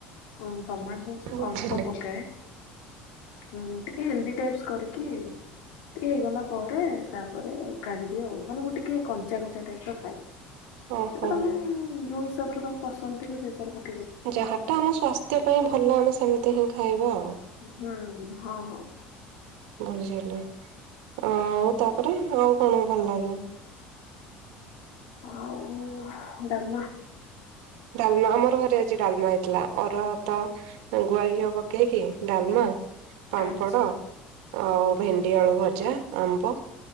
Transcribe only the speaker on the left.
ହଁ ଟମାଟୋ ସସ୍
ଅଳ୍ପ ପକ ହ ଟିକେ ହେଲ୍ଦି ଟାଇପ୍ସ କରିକି ଟିକେ ହେଇଗଲା ପରେ ତାପରେ କାଢ଼ିଦିଅ ଆଉ ମାନେ ମୁଁ ଟିକେ କଞ୍ଚା କଞ୍ଚା ଟାଇପ ର ଖାଏ।
ସେଟା ତମେ ଯୋଉ ହାବରେ ତମେ ପସନ୍ଦ ଥିବ ସେସବ
ହୁଁ ହଁ ହଁ।
ଆଉ ଡାଲମା
ଆଚ୍ଛା